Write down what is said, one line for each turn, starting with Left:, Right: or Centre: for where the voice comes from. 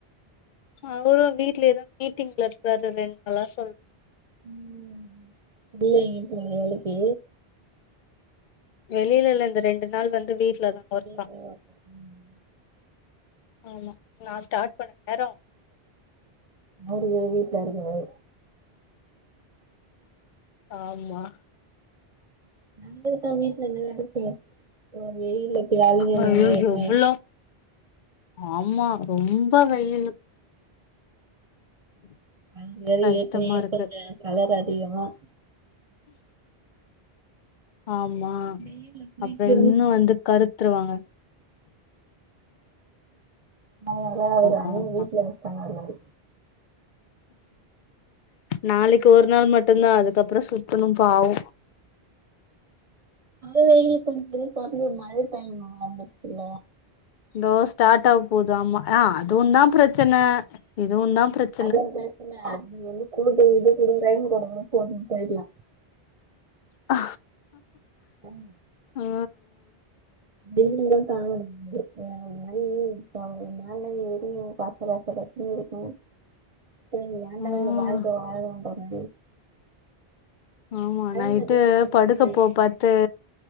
Left: அவரு வீட்லயேதா மீட்டிங்ல இருக்குறாரு ரெண்டு நாளா சொல்றே
Right: ம் இல்லைங்க தோழி வேலைக்கி
Left: வெளியில இல்ல இந்த ரெண்டு நாள் வந்து வீட்லதா ஒர்க்தா
Right: வீட்ல தா <inaudible> ம்
Left: ஆமா நா ஸ்டார்ட் பண்ண நேரோ
Right: அவரு வீட்டுல இருக்ரே
Left: ஆமா
Right: இங்கதா வீட்டுல ஏ எதுக்கு வெயில போய் அளயனு
Left: ஐயோ
Right: ஏற்கனே
Left: எவ்ளோ ஆமா ரொம்ப வெயில்
Right: அழங்கார
Left: கஷ்டமா
Right: ஏற்கனே
Left: இருக்கு
Right: கொஞ்சோ கலர் அதிகோ
Left: ஆமா
Right: வெயில்ல போயிட்டு
Left: அப்புறோ இன்னு வந்து கருத்துருவாங்க
Right: அதனால அவரு
Left: ஆமா
Right: அண்ணி
Left: ஆமா
Right: வீட்டுல இருக்கேன்னாரு
Left: நாளைக்கு ஒரு நாள் மட்டுதா அதுக்கப்புறோ சுத்தணு பாவு
Right: அது வெயில் கொஞ்சோ பட்லயே மழ டைம் இருந்துச்சுல
Left: இதோ ஸ்டார்ட் ஆக போது ஆமா ஆ அதுவு தா பிரச்சன இதுவு தா பிரச்
Right: அதுவு பேச அது குடு குடு குடுக்றேன்ட்டு கடக்கு சேரின்னு போய்டலா
Left: ஆ
Right: ஆம்
Left: ஆ ஆ
Right: வெயில்லதா <unintelligible> அந்த மாதிரி இப்ப நாள்ளா எரியு பாச பாச பிரச்சன இருக்கு சரி ஏன்டா
Left: ம்
Right: இந்த வாழ்க்கைய வாழ்றோன்ற மாரி
Left: ஆமா
Right: மழைல
Left: நைட்டு
Right: கூட ஒன்னு
Left: படுக்க
Right: தெரியாது
Left: போ பத்து